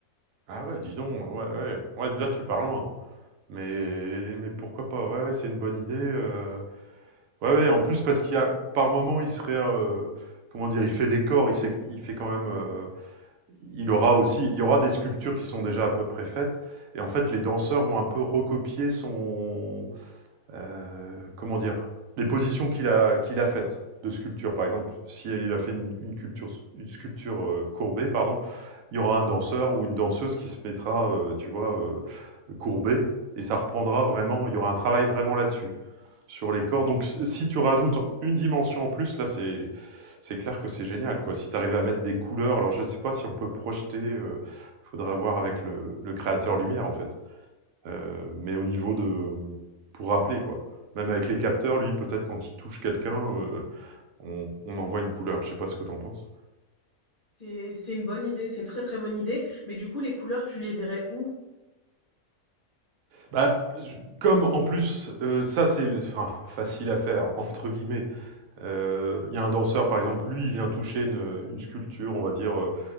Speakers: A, on the right; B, on the left.
A: Ah ouais, dis donc, ouais, ouais, ouais, là, tu pars loin. Mais mais pourquoi pas? Ouais, ouais, c'est une bonne idée, heu, ouais, ouais, en plus parce qu'il y a par moment, il serait, heu, comment dire? Il fait décor, il sait il fait quand même, heu, il aura aussi il y aura des sculptures qui sont déjà à peu près faites et en fait, les danseurs vont un peu recopier son euh, comment dire, les positions qu'il a, qu'il a faites de sculpture. Par exemple, si il a fait une, une culture, une sculpture euh, courbée, pardon, il y aura un danseur ou une danseuse qui se mettra, euh, tu vois, euh, courbée, et ça reprendra vraiment, il y aura un travail vraiment là-dessus, sur les corps. Donc si si tu rajoutes une dimension en plus, là, c'est... C'est clair que c'est génial, quoi. Si tu arrives à mettre des couleurs, alors je ne sais pas si on peut projeter, il faudra voir avec le, le créateur lumière, en fait. Heu, mais au niveau de pour rappeler quoi. Même avec les capteurs, lui, peut-être quand il touche quelqu'un, heu, on on en voit une couleur. Je sais pas ce que t'en penses?
B: C'est, c'est une bonne idée, c'est une très très bonne idée. Mais du coup, les couleurs, tu les verrais où?
A: Bah, j comme en plus, heu, ça c'est enfin «facile à faire» <laughs> entre guillemets. Heu, il y a un danseur par exemple, lui, il vient toucher une, une sculpture, on va dire, heu